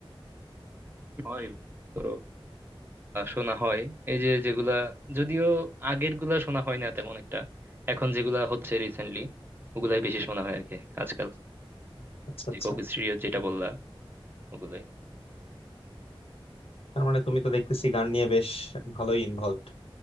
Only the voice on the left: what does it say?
আচ্ছা
আচ্ছা
তার মানে তুমি তো দেখতেছি গান নিয়ে বেশ ভালোই ইনভলভড